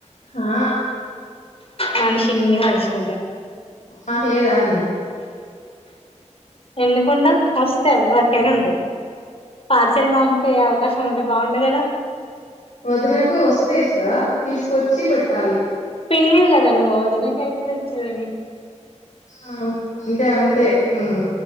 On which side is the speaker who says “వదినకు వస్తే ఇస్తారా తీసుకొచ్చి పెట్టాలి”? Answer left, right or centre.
Left